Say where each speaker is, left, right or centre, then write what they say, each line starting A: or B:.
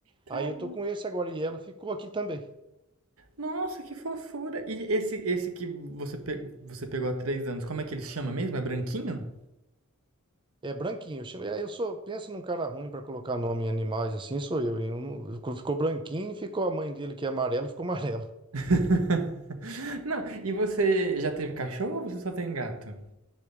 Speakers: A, on the right; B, on the right.
A: cara,
B: Aí eu tô com esse agora e ela ficou aqui também.
A: nossa, que fofura. E esse, esse que você, pe- você pegou há três anos, como é que ele se chama mesmo? É branquinho?
B: É branquinho. Eu chamo- eu sou, pensa num cara ruim pra colocar nome em animais assim, sou eu. hein? Eu não- ficou ficou branquinho, ficou a mãe dele que é amarela, ficou amarela.
A: <laughs> Não, e você já teve cachorro ou você só tem gato?